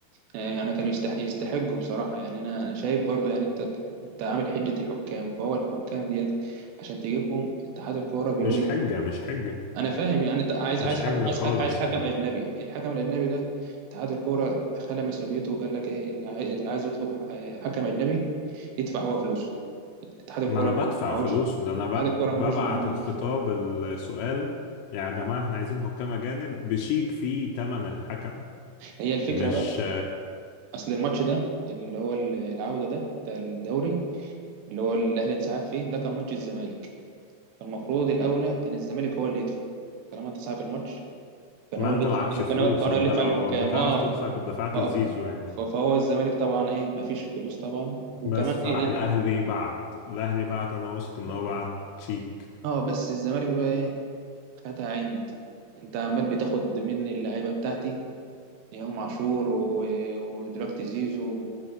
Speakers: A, on the right; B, on the left.
A: يعني كانوا يستح- يستحقوا بصراحة يعني أنا أنا شايف برضو يعني أنت أنت عامل حجة الحكام فهو الحكام ديت عشان تجيبهم اتحاد الكورة بيقول
B: مش حجة مش حجة
A: انا فاهم يعني انت عايز
B: مش
A: عايز
B: حجة
A: حكم عايز
B: خالص
A: حكم عايز حكم
B: يعني
A: اجنبي الحكم الاجنبي ده اتحاد الكوره خلى مسؤوليته وقال لك ايه اللي عاي- اللي عايز يطلب ح- حكم اجنبي يدفع هو فلوسه اتحاد الكوره
B: ما أنا بدفع
A: معهوش
B: فلوس ده أنا ب-
A: اتحاد الكوره
B: ببعت
A: معهوش معهوش
B: الخطاب السؤال يا جماعة إحنا عايزين حكام أجانب بشيك فيه تمن الحكم
A: هي الفكره
B: مش
A: بقى اصل الماتش ده اللي هو ال- العوده ده بتاع الدوري اللي هو الاهلي انسحب فيه ده كان ماتش الزمالك فالمفروض الاولى كان الزمالك هو اللي يدفع طالما انت صاحب الماتش كان
B: ما
A: هو
B: انت
A: اللي
B: معكش
A: يدفع
B: فلوس
A: كان هو كان
B: ما
A: هو
B: انت
A: اللي يدفع
B: لو
A: للحكام
B: بتعرف
A: اه
B: تدفع كنت دفعت
A: ف-
B: الزيزو يعني
A: ف- فهو الزمالك طبعا ايه مفيش فلوس طبعا
B: بس
A: وكمان
B: فراح
A: ايه آه،
B: الاهلي بعت الاهلي بعت انا واثق ان
A: لا
B: هو بعت شيك
A: اه بس الزمالك بقى ايه خدها عند انت عمال بتاخد مني اللعيبه بتاعتي امام عاشور و- ودلوقتي زيزو